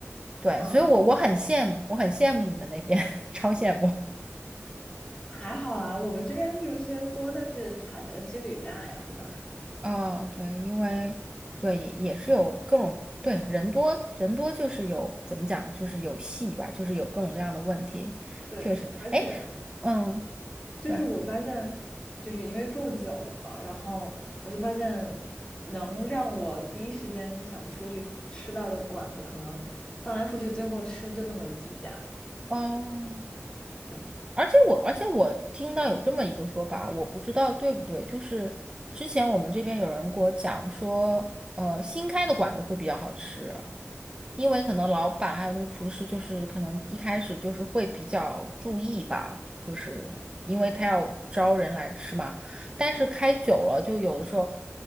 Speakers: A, on the right; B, on the left.
A: 对，
B: 啊
A: 所以我我很羡慕，我很羡慕你们那边，<laughs> 超羡慕。
B: 还好啦，我们这边就是虽然多，但是踩雷的几率也大呀，对吧？
A: 哦，对，因为对也也是有各种对人多人多就是有怎么讲就是有戏吧，就是有各种各样的问题，
B: 对，
A: 确实，
B: 而且
A: 哎，嗯，
B: 就是我发现，
A: 对，
B: 就是因为住久了嘛，然后我就发现，能让我第一时间想出去吃到的馆子，可能翻来覆去，最后吃就那么几家。
A: 哦，
B: 对，
A: 而且我而且我听到有这么一个说法，我不知道对不对，就是之前我们这边有人给我讲说，呃，新开的馆子会比较好吃，因为可能老板还有那个厨师，就是可能一开始就是会比较注意吧，就是因为他要招人来吃嘛。但是开久了，就有的时候